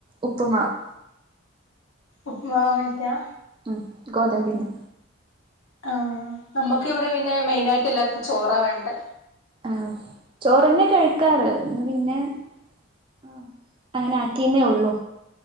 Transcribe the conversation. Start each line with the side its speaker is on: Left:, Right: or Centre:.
Right: ഉപ്പുമാവ്
Left: ഉപ്പമാവ് അങ്ങനത്തെയാ
Right: ഉം ഗോതമ്പിന്റെ
Left: ആഹ് നമുക്ക് ഇവിടെ പിന്നെ മെയിന് ആയിട്ട് എല്ലാവർക്കും ചോറ വേണ്ടേ
Right: ആഹ് ചോറന്നെ കഴിക്കാറ് ഇന്ന് പിന്നെ ആഹ് അങ്ങനെ ആറ്റിയന്നേ ഉള്ളൂ